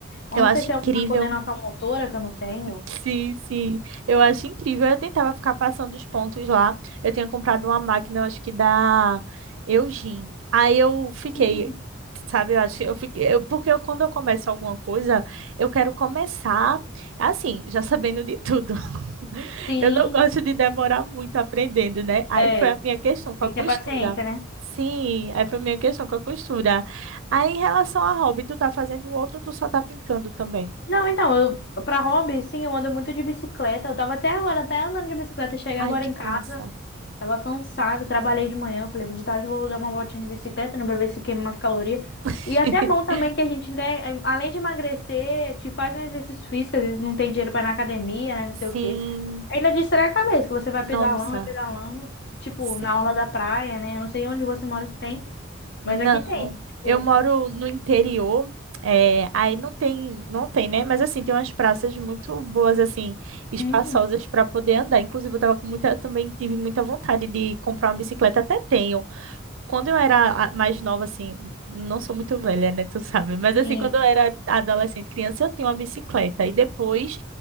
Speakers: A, on the left; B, on the right.
A: Eu
B: Eu
A: não
B: acho
A: sei se é
B: incrível.
A: alguma coordenação motora que eu não tenho.
B: Sim, sim. Eu acho incrível. Eu tentava ficar passando os pontos lá. Eu tinha comprado uma máquina, eu acho que da Eugene. Aí eu fiquei,
A: Hum,
B: sabe, eu acho que eu fiquei, eu- porque eu- quando eu começo alguma coisa, eu quero começar assim, já sabendo de tudo.
A: Sim,
B: Eu não gosto de demorar muito aprendendo, né? Aí
A: é.
B: foi a minha questão com
A: Tem
B: a costura.
A: que ter paciência, né?
B: Sim, aí foi a minha questão com a costura. Aí em relação a hobby, tu tá fazendo outro ou tu só tá pintando também?
A: Não, então, eu para hobby, sim, eu ando muito de bicicleta. Eu tava até agora, até andando de bicicleta, cheguei
B: Ai,
A: agora
B: que
A: em casa,
B: massa.
A: tava cansada, trabalhei de manhã, eu falei, de tarde eu vou dar uma voltinha de bicicleta, né, pra ver se queima mais caloria.
B: <laughs>
A: E é até bom também que a gente, né, além de emagrecer, te faz um exercício físico, às vezes não tem dinheiro pra ir na academia, né, não
B: Sim,
A: sei o quê. Ainda distrai a cabeça, que você vai pedalando,
B: nossa,
A: vai pedalando, tipo,
B: sim.
A: na orla da praia, né? Eu não sei onde você mora se tem,
B: Não,
A: mas aqui tem, tipo,
B: eu moro no interior, é, aí não tem, não tem, né? Mas assim, tem umas praças muito boas, assim, espaçosas
A: uhum,
B: para poder andar. Inclusive, eu tava com muita, também tive muita vontade de comprar uma bicicleta, até tenho, quando eu era a- mais nova, assim, não sou muito velha, né? Tu sabe, mas
A: sim,
B: assim, quando eu era adolescente, criança, eu tinha uma bicicleta. E depois